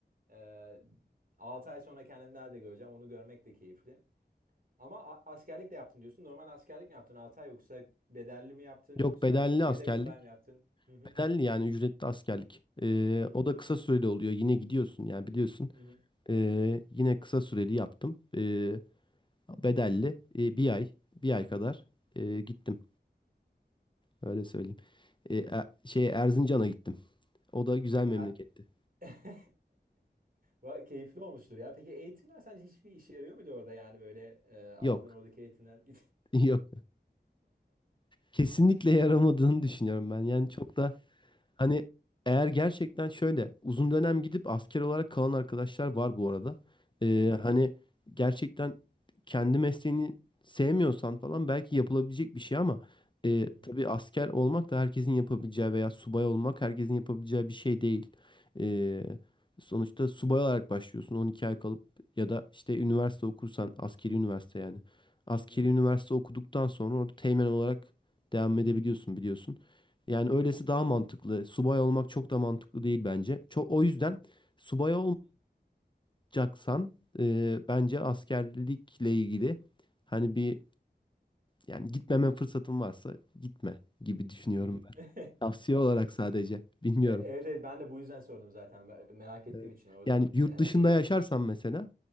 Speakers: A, on the right (about 55°); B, on the left (about 25°).
A: e, 6 ay sonra kendimi nerede göreceğim onu görmek de keyifli. Ama a- askerlik de yaptın diyorsun. Normal askerlik mi yaptın 6 ay yoksa bedelli mi yaptın
B: Yok
A: yoksa
B: bedelli
A: yedek
B: askerlik.
A: subay mı yaptın? Hı hı.
B: Bedelli yani ücretli askerlik. Ee,
A: Hı hı.
B: o da kısa süreli oluyor. Yine gidiyorsun yani biliyorsun.
A: Hı hı.
B: Ee, yine kısa süreli yaptım. Ee, bedelli Ee, bir ay bir ay kadar ee, gittim. Öyle söyleyeyim. Ee, e- şey Erzincan'a gittim. O da güzel
A: Ya,
B: memleketti.
A: a- <laughs> Va- Keyifli olmuştur ya. Peki eğitimler sence hiçbir işe yarıyor muydu orada yani böyle e, aldığın
B: Yok.
A: oradaki eğitimler? <laughs>
B: <laughs> Yok. Kesinlikle yaramadığını düşünüyorum ben. Yani çok da Hani eğer gerçekten şöyle uzun dönem gidip asker olarak kalan arkadaşlar var bu arada. Ee,
A: Hı hı.
B: hani gerçekten kendi mesleğini sevmiyorsan falan belki yapılabilecek bir şey ama e,
A: Hı hı.
B: tabii asker olmak da herkesin yapabileceği veya subay olmak herkesin yapabileceği bir şey değil. Ee, sonuçta subay olarak başlıyorsun 12 ay kalıp ya da işte üniversite okursan askeri üniversite yani. Askeri
A: Hı hı.
B: üniversite okuduktan sonra orada teğmen olarak devam edebiliyorsun biliyorsun. Yani
A: Hı
B: öylesi
A: hı.
B: daha mantıklı. Subay olmak çok da mantıklı değil bence. Çok, o yüzden subay olmayacaksan e, bence askerlikle ilgili hani bir yani gitmeme fırsatın varsa gitme gibi düşünüyorum
A: Hı hı.
B: ben.
A: <laughs>
B: Tavsiye olarak sadece bilmiyorum.
A: E, Evet evet ben de bu yüzden sordum zaten. Ben- merak ettiğim
B: Evet.
A: için oradan
B: Yani yurt
A: herhangi
B: dışında
A: bir-
B: yaşarsan mesela